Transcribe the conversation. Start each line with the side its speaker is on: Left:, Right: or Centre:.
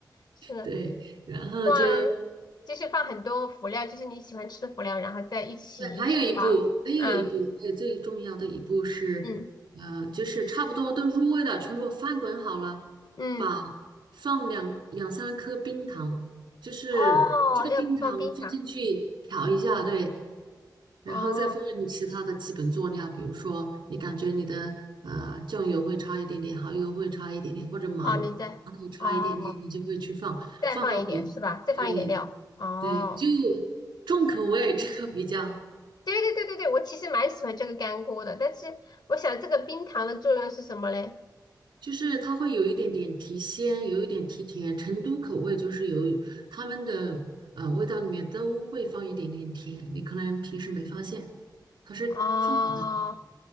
Left: 是
Right: 对，然后就
Left: 哇，就是放很多辅料，就是你喜欢吃的辅料，然后在一起放，
Right: 对，还有一步，还有一步，
Left: 啊，
Right: 还有最重要的一步是，
Left: 嗯
Right: 呃，就是差不多都入味了，全部翻滚好了，
Left: 嗯，
Right: 把放两两三颗冰糖，就是这个冰糖放进去调一下，
Left: 哦，要放冰糖，
Right: 对，然后再放其他的基本佐料，
Left: 哦
Right: 比如说你感觉你的呃酱油会差一点点，蚝油会差一点点，或者麻麻豆差一点点，
Left: 哦，你再哦
Right: 你就会去放，
Left: 再放一点是吧？
Right: 放好没？
Left: 再放一点料，
Right: 对
Left: 哦，
Right: 对，就重口味，这个比较。
Left: 对对对对对，我其实蛮喜欢这个干锅的，但是我想这个冰糖的作用是什么嘞？
Right: 就是它会有一点点提鲜，有一点提甜。成都口味就是有他们的呃味道里面都会放一点点甜，你可能平时没发嗯现，它是放了的。
Left: 哦，